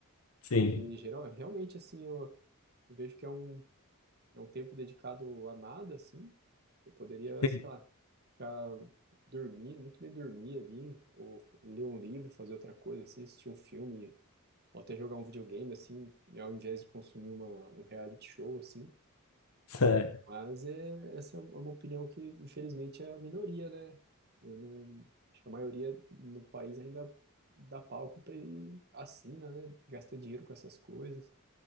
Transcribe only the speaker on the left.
Sim.
<laughs>
Sério.